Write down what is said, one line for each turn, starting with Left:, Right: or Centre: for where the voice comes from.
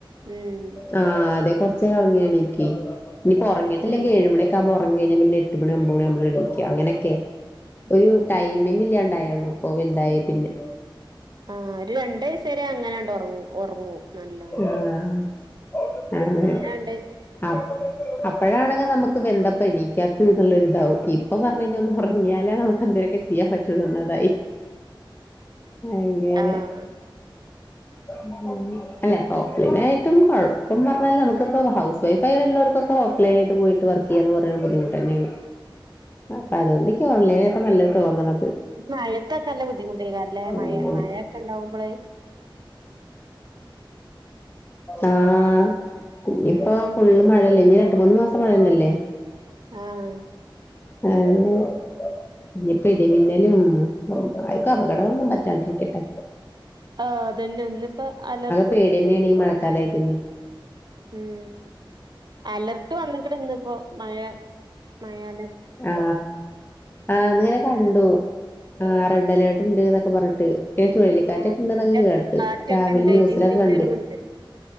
Right: ഉം
Left: ആ ഹ് അ തെ കൊറച്ചേരുറങ്ങിയാണീക്ക് ഇനിപ്പൊറങ്ങിട്ടില്ലെങ്കി
Right: ഉം
Left: ഏഴുമണക്കാവുമ്പോ ഉറങ്ങി കഴഞ്ഞാ പിന്നെ എട്ട് മണി ഒമ്പത് മണിയാവുമ്പളാ എണിക്ക അങ്ങനക്കെ ഒരു
Right: ഉം
Left: ടൈമിങ്ങില്ലാണ്ടായണു പ്പോ വൽതായെ പിന്നെ
Right: ആ ഒരു രണ്ട് വയസെരെ അങ്ങനെണ്ട് ഉറങ്ങു ഉറങ്ങും
Left: ആഹ്
Right: നല്ലോണം
Left: അതെ
Right: പിന്നാണ്ട്
Left: അ അപ്പോഴാണെങ്ക നമുക്ക് വെന്ത പണീക്കാത്തന്നുള്ളൊരുതാവും ഇപ്പൊ പറഞ്ഞു കഴിഞ്ഞാൽ ഒന്ന് ഉറങ്ങിയാലേ നമുക്ക് എന്തേൊക്കെ ചെയ്യാൻ പറ്റുള്ളൂ എന്നതായി അങ്ങനെ
Right: ആഹ്
Left: <unintelligible> അല്ല ഓഫ് ലൈനായിട്ടും കുഴപ്പം പറഞ്ഞാല് നമുക്കിപ്പ ഹൗസ് വൈഫ് ആയിട്ടള്ളവർക്കൊക്ക ഓഫ്‌ലൈനായിട്ട് പോയിട്ട് വർക്ക് ചെയ്യാന്ന് പറയുന്ന ബുദ്ധിമുട്ടെന്നെയാണ് അപ്പൊ അതുകൊണ്ടെക്ക ഓൺലൈനായി അത് നല്ല തോന്നണ
Right: മഴത്തൊക്കെ നല്ല ബുദ്ധിമുട്ടാരിക്കാരല്ലേ മഴ
Left: അങ്ങനെ
Right: മഴെക്കെ ഇണ്ടാവുമ്പോള്
Left: ആഹ് ഇനിപ്പോ
Right: ഉം
Left: ഫുള്ള് മഴ ല്ല ഇനിരണ്ട് മൂന്ന് മാസങ്ങളന്നല്ലേ
Right: ആഹ്
Left: ആഹ് ഇനിപ്പിടിമിന്നലും ആർക്കും അപകടങ്ങളൊന്നും പറ്റാണ്ടിരിക്കട്ടെ
Right: ആ അതന്നെ ന്ന്പ്പ അലർ
Left: പേടിയന്നാണി മഴക്കാല പിന്നെ
Right: ഉം അലർട്ട് വന്നിക്ണ് ന്ന് പ്പൊ മഴ മഴാല
Left: ആ ആ ന്നിങ്ങനെ കണ്ടു ആ റെഡ് അലേർട്ട് ണ്ട് ന്നൊ ക്കെ പറഞ്ഞിട്ട് പിന്നെ ചുഴലിക്കാറ്റൊക്കെ
Right: ആ
Left: ഉണ്ടെന്നൊക്കെ
Right: നല്ല
Left: കേട്ട്
Right: കാറ്റൊക്കെ
Left: രാവിലെ
Right: ഇണ്ട്
Left: ന്യൂസിലൊക്കെ
Right: ഇടി മിന്നലും
Left: കണ്ട്
Right: ണ്ട്